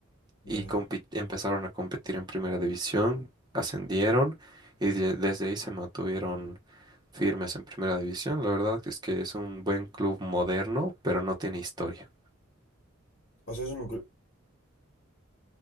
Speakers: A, on the right (about 20°); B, on the left (about 45°).
A: y
B: Ya.
A: compi- empezaron a competir en primera división, ascendieron y de- desde ahí se mantuvieron firmes en primera división. La verdad que es que es un buen club moderno, pero no tiene historia.
B: O sea, es un grupo.